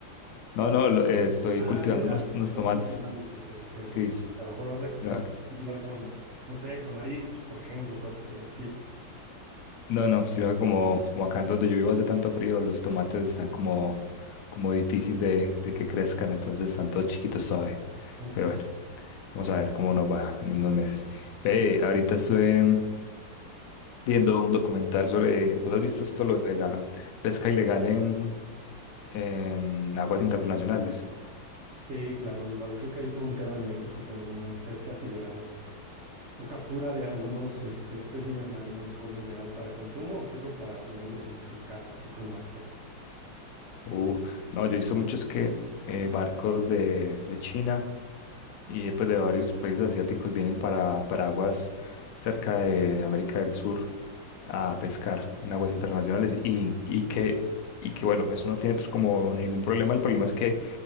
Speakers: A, on the left (about 75°); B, on the right (about 55°).
A: No, no, lo- eh, estoy
B: Ah,
A: cultivando
B: ya, ya,
A: unos,
B: lo
A: unos
B: que estás
A: tomates.
B: cultivando. Ok, ok.
A: Sí,
B: ok. A lo mejor lo vas a costi-
A: no,
B: cultivar con, no sé, con mariscos, por ejemplo, cosas por el estilo.
A: no, no, sino que como, como acá donde yo vivo hace tanto frío, los tomates están como, como difícil de, de que crezcan, entonces están todos chiquitos todavía.
B: Ok.
A: Pero bueno, vamos a ver cómo nos va en unos meses. Ve, ahorita estoy viendo un documental sobre, ¿vos has visto esto lo de la pesca ilegal en... en aguas internacionales.
B: Sí, claro, igual creo que hay todo un tema en México con algunas pescas ilegales o captura de algunos este, espécimes marinos de forma ilegal para consumo, incluso para tenerlos en tu casa, así como mascotas.
A: Uh, no, yo he visto muchos que eh, barcos de, de China y de, pues, de varios países asiáticos vienen para, para aguas cerca de América del Sur a pescar en aguas internacionales y, y que, y que, bueno, eso no tiene pues como ningún problema. El problema es que